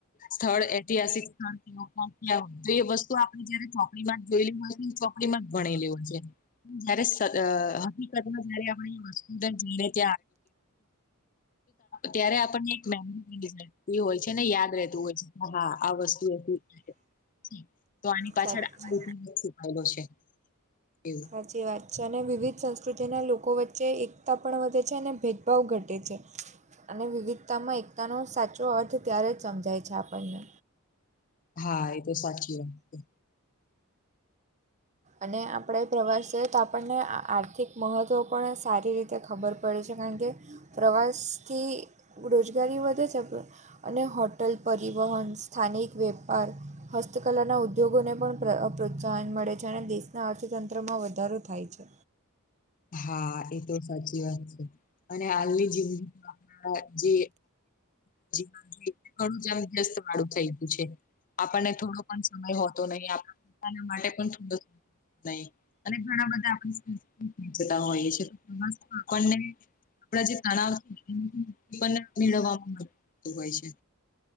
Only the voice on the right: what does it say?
સાચી
સાચી વાત છે. અને વિવિધ સંસ્કૃતિના લોકો વચ્ચે એકતા પણ વધે છે અને ભેદભાવ ઘટે છે. અને વિવિધતામાં એકતાનો સાચો અર્થ ત્યારે જ સમજાય છે આપણને.
અને આપણે પ્રવાસે તો આપણને આર્થિક મહત્ત્વ પણ સારી રીતે ખબર પડે છે. કારણ કે પ્રવાસથી રોજગારી વધે છે પણ અને હોટલ પરિવહન સ્થાનિક વેપાર હસ્તકલાના ઉદ્યોગોને પણ પ્રોત્સાહન મળે છે અનેે દેશના અર્થતંત્રમાં વધારો થાય છે.